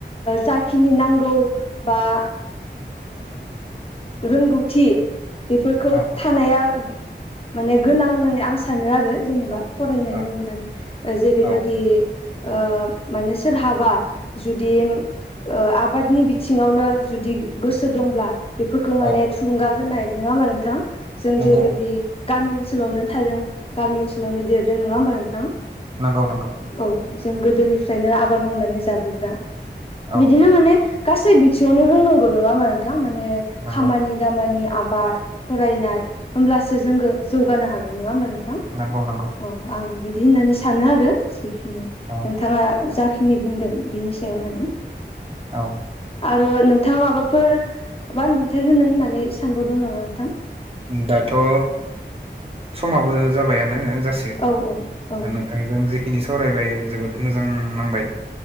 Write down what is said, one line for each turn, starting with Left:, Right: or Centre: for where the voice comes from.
Left: जाखिनि नांगौ बा ओ रोंगौथि बेफोरखौ
Right: औ
Left: थानाया माने गोनां होननानै आं सानो आरो जेनेबा
Right: औ
Left: फरायनायनि
Right: औ
Left: अनगायै जेरैबादि
Right: औ
Left: ओ माने सोरहाबा जुदि ओ आबादनि बिथिङावनो जुदि गोसो दंब्ला बेफोरखौ माने
Right: औ
Left: थुलुंगा होनाय नङा होमा नोंथां जों
Right: नंगौ
Left: जेबायदि गामि ओनसोलावनो थादों गामि ओनसोलावनो देरदों नङा होमबा नोंथां
Right: नंगौ नंगौ
Left: औ जों गोदोनिफ्रायनो आबाद मावनानै जाबोग्रा
Right: औ
Left: बिदिनो माने। गासै बिथिङावनो रोंनांगौ नङा होनबा नोंथां माने
Right: नंगौ
Left: खामानि दामानि आबाद फरायनाय होमब्लासो जोंङो जौगानो हागोन नङा होमबा नोंथां।
Right: नंगौ नोंथां।
Left: औ आं बिदि होननानै सानो आरो जिखिनि
Right: औ
Left: नोंथाङा जाखिनि बुंदों बिनि सायाव माने
Right: औ।
Left: आरो नोंथाङा माबाफोर बानबुंथाय होनो होननानै सानबावदों नामा नोंथां?
Right: दाथ' ओ समाबो जाबायानो जा
Left: औ औ औ
Right: <unintelligible> नोंथांनिखौ
Left: नोंथां
Right: आ खिनि सावरायबाय जोबोद मोजां नांबाय